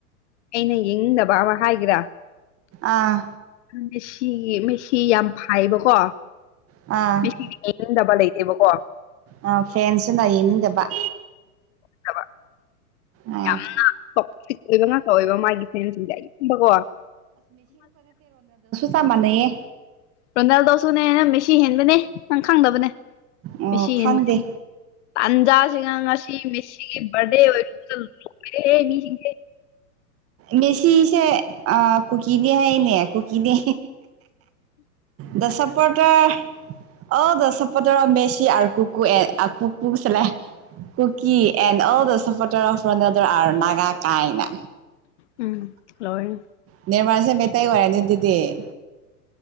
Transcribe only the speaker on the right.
ꯑꯥ
ꯑꯥ
ꯑꯥ ꯐꯦꯟꯁꯤꯅ ꯌꯦꯡꯅꯤꯡꯗꯕ
ꯑꯥ
ꯇꯃꯅꯦ
ꯑꯣ
ꯈꯪꯗꯦ
ꯃꯦꯁꯤꯁꯦ ꯑ ꯀꯀꯤꯅꯦ ꯍꯥꯏꯦꯅꯦ ꯀꯨꯀꯤꯅꯤ ꯗꯁꯄꯇꯔ ꯑꯣ ꯗꯁꯄꯇꯔꯐ ꯃꯦꯁꯤ ꯀꯨꯀꯨ ꯑꯦ ꯀꯨꯀꯨ ꯆꯦ ꯀꯨꯀꯤ ꯑꯦꯟ ꯑꯣ ꯗꯁꯄꯇꯔꯐ ꯔꯗꯔ ꯒꯥ ꯀꯥꯏꯅ
ꯅꯤꯔꯃꯜꯁꯦ ꯃꯩꯇꯩ ꯑꯣꯏꯔꯅꯤ ꯑꯗꯨꯗꯤ c